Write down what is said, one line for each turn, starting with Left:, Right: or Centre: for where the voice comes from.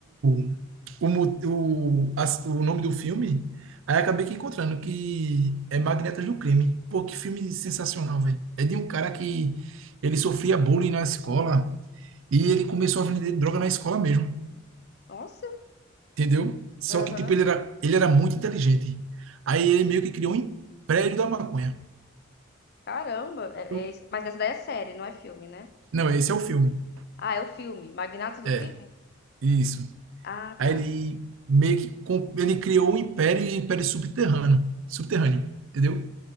Right: o- o, mo- o, as- o nome do filme, aí acabei que encontrando que é Magnetas do Crime. Pô, que filme sensacional, velho. É de um cara que ele sofria bullying na escola e ele começou a vender droga na escola mesmo,
Left: nossa,
Right: entendeu? Só
Left: aham.
Right: que, tipo, ele era, ele era muito inteligente. Aí ele meio que criou um império da maconha.
Left: Caramba. É-
Right: Eu-
Left: é esse- mas essa daí é série, não é filme, né?
Right: Não, esse é o filme.
Left: Ah, é o filme. Magnatos do
Right: É,
Left: Crime?
Right: isso.
Left: Ah,
Right: Aí
Left: tá.
Right: ele meio que com- ele criou um império e um império subterrâneo, subterrâneo, entendeu?